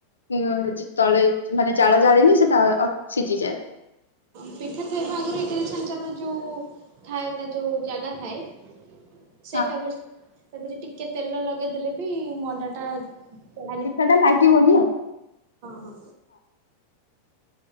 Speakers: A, on the left; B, on the right.
A: ଉଁ ତଳେ ମାନେ ଜାଳ ଜାଳିଲେ ସେଟା ସିଝି ଯାଏ।
B: ପିଠା ଥୋଇବା ଆଗରୁ ଇଟିଲି ଛାଞ୍ଚରେ ଯୋଉ ଥାଏ ତା ଯୋଉ ଜାଗା ଥାଏ।
A: <inaudible>
B: ସେଟା ଯୋଉ ତା ଧିରେ ଟିକେ ତେଲ ଲଗେଇ ଦେଲେ ବି ମଣ୍ଡାଟା ହଁ
A: ପିଠା ଟା ଲାଗିବନି ଆଉ।
B: ହଁ।